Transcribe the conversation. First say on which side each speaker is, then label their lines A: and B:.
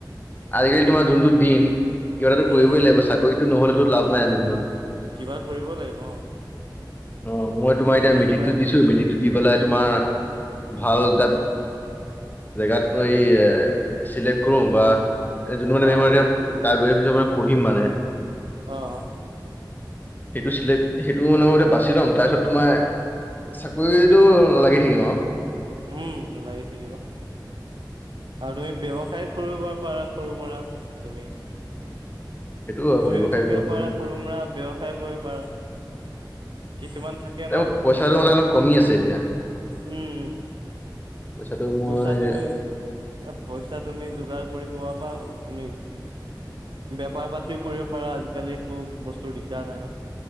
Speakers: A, on the left; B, on the right.
A: আজিকালি
B: উম
A: তোমাৰ যোনটো দিন, কিবা এটাতো কৰিবই
B: উম
A: লাগিব চাকৰিতো নহ'লেতো লাভ নাই আজি দিনত।
B: কিবা কৰিব লাগিব অ'।
A: অ', মই তোমাৰ
B: কিবা
A: এতিয়া
B: না
A: মেট্ৰিকটো
B: কিবা এটা
A: দিছোঁ মেট্ৰিকটো দি পেলাই তোমাৰ ভাল এটা জেগাত মই এ চিলেক্ট কৰো বা এ যোনটো মানে <unintelligible>
B: অ
A: মই এতিয়া তাত বহি পিছত মানে পঢ়িম মানে।
B: অ',
A: সেইটো চিলেক্ট সেইটো মানে মই এতিয়া বাচি লম তাৰপিছত তোমাৰ চাকৰিটো লাগি থাকিম আৰু।
B: উম, লাগি থাকিব। আৰু তুমি ব্যৱসায় খুলিব পাৰা সৰু মৰা তুমি।
A: সেইটো আৰু
B: বহিও
A: ব্যৱসায়
B: থাকিব
A: কৰিব
B: পাৰা
A: পাৰো।
B: সৰু মুৰা ব্যৱসায় কৰিব পাৰা। কিছুমান থাকে ন'
A: এই পইচাটো
B: তুমি
A: মানে অলপ কমি আছে এতিয়া
B: উম,
A: পইচাটো
B: পইচা
A: মই
B: তুমি এ পইচা তুমি যোগাৰ কৰি কোৱা পা তুমি বেপাৰ পাতিও কৰিব পাৰা আজিকালি একো বস্তুৰ দিগদাৰ নাই ন'।